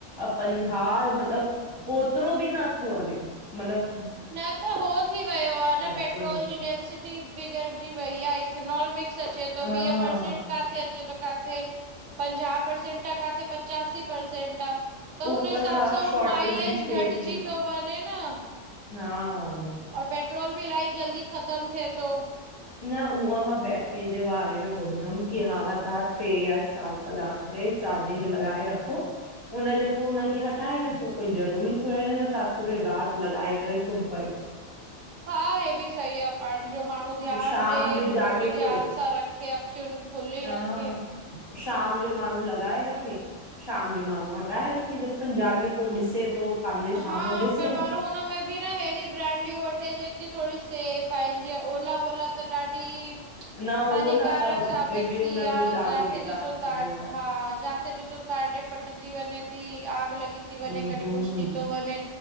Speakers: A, on the left; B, on the right.
A: अ पंजाह जो मतलब ओतरो बि नथो हले मतलब
B: न त हो थी वयो आ न पेट्रोल
A: थो
B: जी डेंसिटी कि बिगडजी वई आ ईथनाल मीकस अचे थो
A: हा
B: वीह परसेंट काथे अचे थो काथे पंजाह परसेंट आ काथे पचयांसी परसेंट आ। त हुन
A: ऊपर
B: हिसाब
A: सां
B: सा
A: शॉर्टेज
B: उह माइलेज
A: बि थिए
B: घटजी
A: थी
B: थो वञे न।
A: हा
B: और पेट्रोल बि इलाही जल्दी ख़तम थिए थो।
A: न हूअ मां बैट्री जे बारे में ॿुधयमि कि हा त ट्रे या चार कलाक में चार्जिंग में लॻाए रखो हुनजे पो हुनखे हटाए रखियो, कोई ज़रूरी थोड़े न तहां पूरी राति लॻाए करे सुम पयो।
B: हा हे बि सही आ पांजो माण्हू ध्यानु
A: शाम
B: ॾे,
A: जो
B: थोड़ो
A: जाॻे
B: सो ध्यानु
A: थो
B: सां रखे, अखियुनि खुली
A: हा
B: रखे
A: शाम जो माण्हूं लॻाए रखे शाम जो माण्हूं हटाए रखे जब तक जाॻे तो ॾिसे थो पंहिंजे साम्हूं
B: हा
A: ॾिसे
B: पर
A: न
B: वरू हुन में बि न हेड़ी ब्रांडियूं वठे, जेकी थोड़ी सेफ आहिनि, जीअं ओला -वोला त ॾाढी
A: न
B: हानिकारक
A: ओला त
B: साबित
A: रिव्यू
B: थी
A: हुनजो
B: या,
A: ॾाढो
B: जाते
A: बेकार
B: ॾिसो
A: थी
B: त
A: वियो आहे
B: हा जाते ॾिसो ताॾे फटजी वञें ती, आग लॻी ती वंञें
A: हम्म
B: कॾी
A: हम्म
B: कुछु थी वने